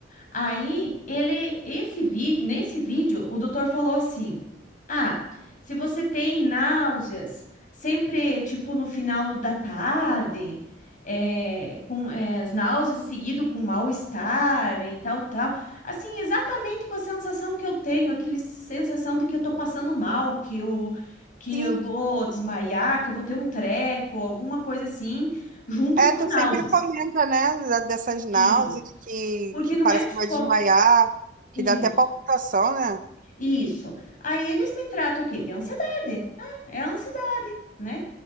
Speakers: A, on the left (about 45°); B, on the right (about 45°).
A: Aí ele, esse vi, nesse vídeo, o doutor falou assim: Ah, se você tem náuseas, sempre tipo no final da tarde, é, com é, as náuseas seguido com mal-estar e tal, tal. Assim, exatamente com a sensação que eu tenho, aquela sensação de que eu tô passando mal, que eu, que
B: Sim.
A: eu vou desmaiar, que eu vou ter um treco, alguma coisa assim junto
B: É,
A: com
B: tu
A: náuseas.
B: sempre comenta, né? da- Dessas náuseas
A: Isso.
B: que,
A: Porque
B: que
A: não
B: parece
A: é só
B: que vai desmaiar,
A: isso.
B: que dá até palpitação, né?
A: Isso. Aí eles me tratam o quê? De ansiedade. Ah, é ansiedade, né?